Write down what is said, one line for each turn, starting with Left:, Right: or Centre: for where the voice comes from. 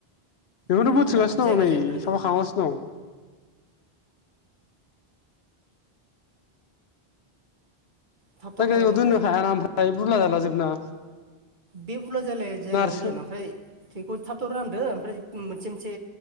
Left: बेखौथ'
Right: ओंखायनो
Left: बोथो‌दगासिनो
Right: होनदां जायगा
Left: दं नै
Right: जायगायाव दोनदो
Left: साफा खालामगासिनो दं।
Right: थाब थाब
Left: जायखायखौ
Right: खालाम ओमफ्राय
Left: दोननो हायाना ओमफ्राय बुरला जाला जोबना
Right: बे बुरला जालाया जायगायावनो
Left: नारसो
Right: दोन ओमफ्राय थैखौ थाब थाब रानदो ओमफ्राय मोनसे मोनसे